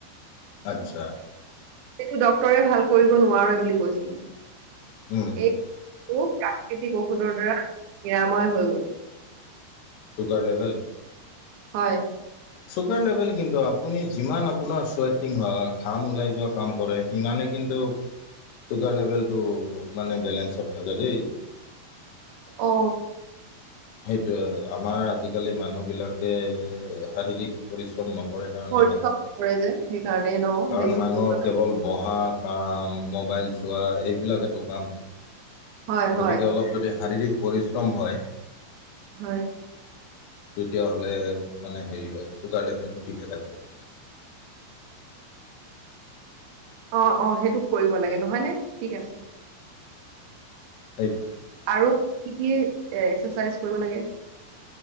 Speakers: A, on the left; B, on the right.
A: আচ্ছা
B: সেইটো ডক্তৰে ভাল কৰিব নোৱাৰে বুলি কৈছিল এই
A: উম
B: প্ৰাকৃতিক ঔষধৰ দ্বাৰা নিৰাময় হৈ গল।
A: চুগাৰ লেভেল
B: হয়।
A: চুগাৰ লেভেল কিন্তু আপুনি যিমান আপোনাৰ স্বেটিং হয়, ঘাম ওলাই যোৱা কাম কৰে সিমানে কি কিন্তু ছুগাৰ লেভেলটো মানে বেলেঞ্চত থাকে দেই।
B: অ
A: সেইটোয়ে আমাৰ আজিকালি মানুহ বিলাকে শাৰীৰিক পৰি <unintelligible> নকৰে কাৰণেহে,
B: শৰীৰ কৰে যে সেইকাৰণে ন
A: কাৰণ
B: বেছি
A: মানুহৰ
B: চুগাৰ।
A: কেৱল বহা কাম, মোবাইল চোৱা এইবিলাকেতো কাম।
B: হয় হয়
A: গতিকে অলপ যদি শাৰীৰিক পৰিশ্ৰম হয়
B: হয়।
A: তেতিয়াহ'লে মানে হেৰি হয় ছুগাৰ লেভেলটো ঠিকে থাকে।
B: <inaudible> অ' অ 'সেইটো কৰিব লাগে নহয় নে ঠিক আছে।
A: এইটোৱে।
B: আৰু কি কি এক্সাৰচাইজ কৰিব লাগে?